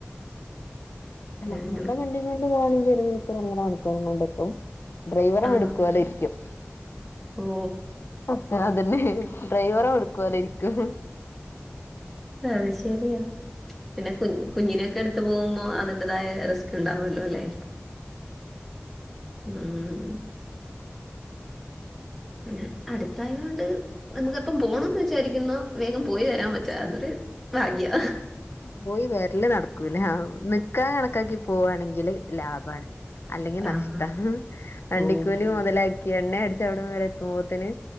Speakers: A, on the left; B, in the centre.
A: അല്ല
B: അങ്ങനെ
A: സ്വന്തം വണ്ടി കൊണ്ട് പോവാണെങ്കി ഒരു മണിക്കൂർ ഒന്നര മണിക്കൂറും കൊണ്ട് എത്തും ഡ്രൈവറെ
B: ആഹാ
A: മിടുക്കോലെ ഇരിക്കും
B: ഓ
A: അപ്പ അതന്നെ ഡ്രൈവറെ മിടുക്കോലെ ഇരിക്കും
B: അത് ശെരിയാ പിന്നെ കു കുഞ്ഞിനൊക്കെ ഇട്ത്ത് പോവുമ്പോ അതിന്റതായ റിസ്ക് ഇണ്ടാവൊല്ലോ ല്ലേ ഉം പിന്നെ അടുത്തായൊണ്ട് നമുക്കെപ്പം പോണംന്ന് വിചാരിക്കുന്നോ വേഗം പോയി വരാൻ പറ്റും അതൊരു ഭാഗ്യാ
A: പോയി വരല് നടക്കൂലാ നിക്കാ കണക്കാക്കി പോവാണെങ്കില് ലാബാണ് അല്ലെങ്കി നഷ്ട്ടാ
B: ആഹ്
A: വണ്ടിക്കൂലി
B: ഓ
A: മൊതലായി എണ്ണ അടിച്ച് അവിടംവരെ എത്തുമ്പോത്ത്ന്